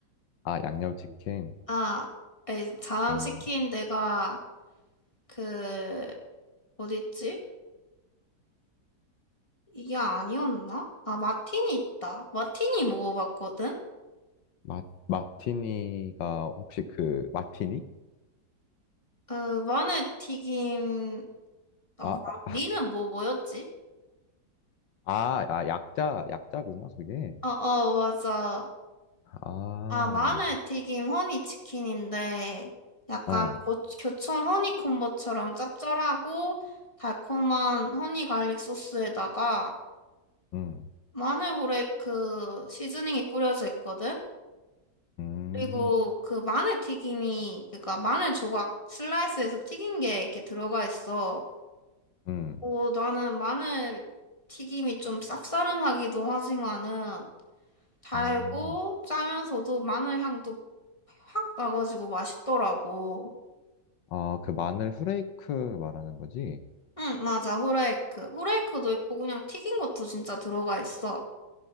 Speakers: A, on the left; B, on the left.
A: 아, 양념치킨.
B: 아, 에이, 자남치킨
A: 음,
B: 내가, 그, 어딨지? 이게 아니었나? 아, 마틴이 있다. 마틴이 먹어봤거든?
A: 마, 마티니가 혹시 그, 마티니?
B: 그, 마늘 튀김, 아,
A: 아,
B: 마... 니는 뭐, 뭐였지?
A: 아, 아, 약자, 약자구나, 그게.
B: 어, 어, 맞아.
A: 아,
B: 아, 마늘튀김 허니치킨인데 약간
A: 아,
B: 고, 교촌 허니콤보처럼 짭짤하고 달콤한 허니 갈릭 소스에다가
A: 음,
B: 마늘 후레이크 시즈닝이 뿌려져 있거든?
A: 음,
B: 그리고 그 마늘튀김이 그러니까 마늘 조각 슬라이스해서 튀긴 게 이렇게 들어가 있어.
A: 음.
B: 어, 나는 마늘튀김이 좀 쌉싸름하기도 하지만은 달고
A: 아,
B: 짜면서도 마늘 향도 확 나가지고 맛있더라고.
A: 아, 그 마늘 후레이크 말하는 거지?
B: 응, 맞아. 후레이크. 후레이크도 있고 그냥 튀긴 것도 진짜 들어가 있어.